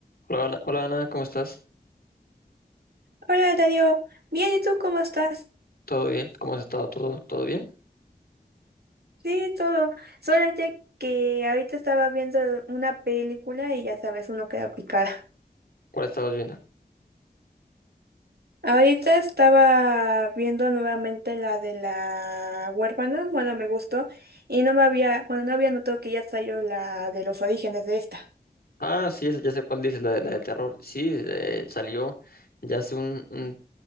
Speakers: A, on the left; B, on the right.
A: Hola, hola, hola, Ana, ¿cómo estás?
B: Hola, Darío. Bien, ¿y tú cómo estás?
A: ¿Todo bien? ¿Cómo has estado? ¿Todo, todo bien?
B: Sí, todo. Solamente que ahorita estaba viendo una película y ya sabes, uno queda picada.
A: ¿Cuál estabas viendo?
B: Ahorita estaba viendo nuevamente la de la huérfana, bueno, me gustó, y no me había, bueno, no había notado que ya salió la de los orígenes de esta.
A: Ah, sí, ya sé cuál dices, la, de la de terror. Sí, eh, salió ya hace un, un